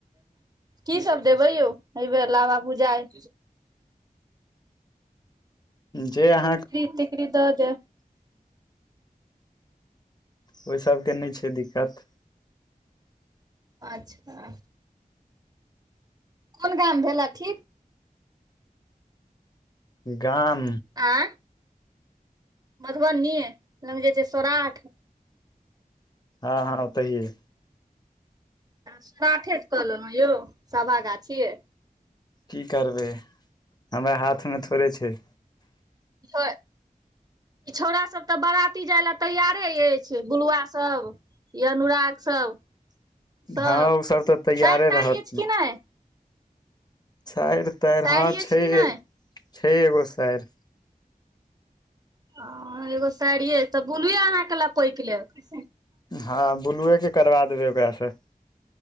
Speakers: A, on the right; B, on the left.
A: की सभ देबै यौ एहिबेर लाबा भूजाय?
B: जे अहाँ
A: <unintelligible>
B: ओहि सबके नहि छैय दिक्कत।
A: अच्छा कोन गाम भेलाऽ ठीक।
B: गाम
A: आँ मधुबनी लग जे छैय सौराठ?
B: हँ हँ ओतहिए।
A: सोराठे कऽ लेलहुँ यौ साभा गाछि।
B: की करबै हमरा हाथमे थोड़े छैय।
A: ह ई छौड़ा सब तऽ बराती जाय लए तैयारे अछि गुलुआ सब य अनुराग सब सब
B: हँ ओ तऽ तैयारे
A: साार ताार
B: रहत
A: अछि कि नहि?
B: सारि तारि
A: साइर
B: हँ
A: अछि
B: छैहे
A: कि नहि
B: छैय एगो सारि।
A: ह एगो साड़िय त बोलुए अहके लपैक लेत।
B: हँ बुलुएके करबा देबै ओकरासँ।